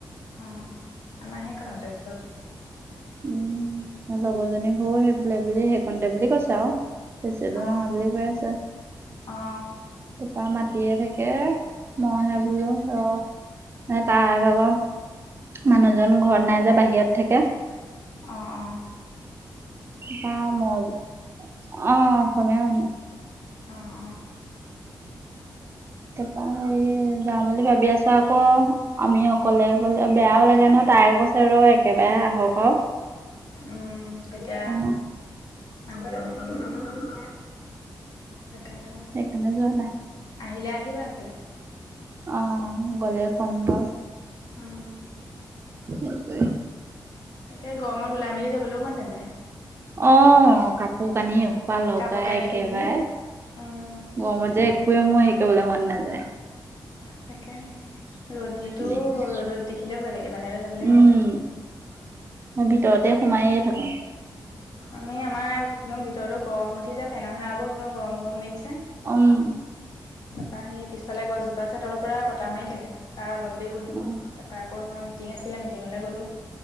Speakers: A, on the left; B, on the right.
A: অঁ আমাৰ সেকণতে ওচৰতে
B: উম লগৰজনী ঘৰো সেইফালে বুলি সেইকণতে বুলি কৈছে আৱ বেছি দূৰ
A: অ
B: নহয় বুলি কৈ আছে তাপা
A: অ অ
B: মাত তিয়ে থাকে মইহে বোলো ৰহ, এ তাই ভাগ মানুহজন ঘৰত নাই যে বাহিৰত থাকে
A: অঁ অঁহ
B: তাপা মই বো অ অসমীয়া মানুহ
A: অ অহ
B: তাপা সেয়ে যাম বুলি ভাবি আছোঁ আক আমি অকলে বেয়াও লাগে ন তাই কৈছে ৰ একেবাৰে আহক আৱ
A: উম, তেতিয়া
B: আৰু
A: মানুহে নাহিলে তাকেতো
B: সেইকাৰণে যোৱা নাই
A: আহিলে আহিবা এইফালে
B: অ গ'লে
A: ফোন
B: কম
A: কৰিবা
B: বাৱ
A: উম।
B: সেইটোৱে
A: এই গৰমত ওলাই মিলি যাবলৈও মন নেযায়।
B: অ কাপোৰ কানি এসোপা লগাই
A: কাপোৰ কানি
B: একেবাৰে
A: পিন্ধি উম পিন্ধি
B: গৰমত
A: যাবলৈও
B: যে একোৱে
A: মন নাযায়
B: মই হেৰী কৰিবলে মন নাযায়।
A: তাকেহে ৰ'দ যিটো
B: যিহে
A: ৰ'দত দেখিলে ভয় লাগে বাহিৰলৈ যাবলৈ
B: উম
A: মন নযায়।
B: মই ভিতৰতে সোমায়ে থাকোঁ
A: আমি আমাৰ একদম ভিতৰতো গৰম উঠিছে ফেনৰ হাৱাবোৰ একদম গৰম গৰম লাগিছে
B: উম
A: তাপা সেই পিছফালে গছজোপা আছে তাৰ পৰা বতাহ মাৰি থাকে তাত অলপ দেৰি বহিলোঁ
B: অ
A: তাপা আকৌ এখন মিটিং আছিলে মিটিঙলে গ'লো।